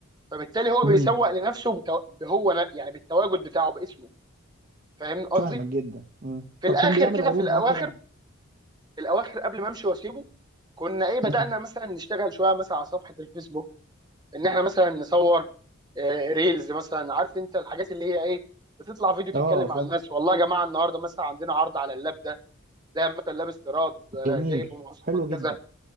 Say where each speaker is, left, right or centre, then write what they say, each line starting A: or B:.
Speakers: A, on the right; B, on the right.
A: فبالتالي هو
B: مم.
A: بيسوق لنفسه بتو... هو ن... يعني بالتواجد بتاعه باسمه فاهمني قصدي
B: فاهمك جدا مم.
A: في الاخر
B: طب كان بيعمل
A: كده
B: عروض
A: في الاواخر
B: مثلا
A: في الاواخر قبل ما امشي واسيبه كنا ايه بدأنا
B: مم.
A: مثلا نشتغل شويه مثلا على صفحه الفيسبوك ان احنا مثلا نصور آه، ريلز مثلا عارف انت الحاجات اللي هي ايه بتطلع فيديو تتكلم
B: اه
A: مع
B: فاهم
A: الناس والله يا جماعه النهارده مثلا عندنا عرض على اللاب ده ده مثلا لاب استيراد آه،
B: جميل
A: جايب مواصفات
B: حلو جدا
A: كذا